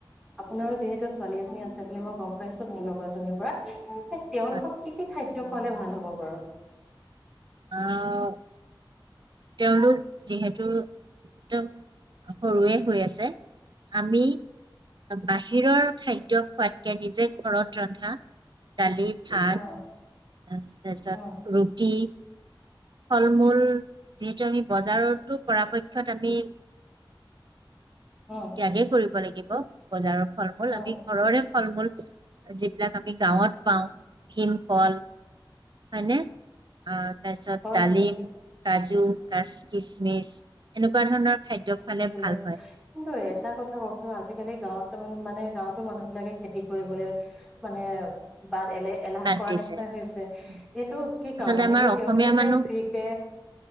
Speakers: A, in the centre; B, on the right (about 60°).
A: আপোনাৰো যিহেতু ছোৱালী এজনী আছে বুলি মই গম পাইছো মোৰ লগৰ জনীৰ পৰা অ <inaudible> তেওঁলোকক
B: হয়
A: কি কি খাদ্য টো খালে ভাল হ'ব বাৰু
B: আহ তেওঁলোক যিহেতু একদম সৰুৱে হৈ আছে আমি বাহিৰৰ খাদ্য খোৱাতকে নিজে ঘৰত ৰন্ধা দালি, ভাত
A: অ
B: তাৰপিছত
A: অ
B: ৰুটি ফল মূল যিহেতু আমি বজাৰত পৰাপক্ষত আমি
A: অ
B: ত্যাগেই কৰিব লাগিব বজাৰৰ ফল মূল
A: অ
B: আমি ঘৰৰে ফল মূল যিবিলাক আমি গাঁৱত পাওঁ ভীমকল হয় নে অ তাৰপিছত
A: হয়
B: ডালিম,
A: হয়
B: কাজু কিচমিচ এনেকুৱা ধৰণৰ খাদ্য খালে
A: সেইবিলাক
B: ভাল হয়
A: কিন্তু এটা কথা কওকচোন আজিকালি গাঁৱত ্তমান মানে গাঁৱতো মানুহ বিলাকে খেতি কৰিবলৈ মানে বাট এলে এলাহ
B: বাদ
A: কৰা
B: দিছে
A: নিচিননা হৈছে
B: আচলতে
A: এইটো কি কাৰনেে মানে
B: আমাৰ
A: এই
B: অসমীয়া
A: তেওঁলোকে যে
B: মানুহ
A: ফ্ৰী কে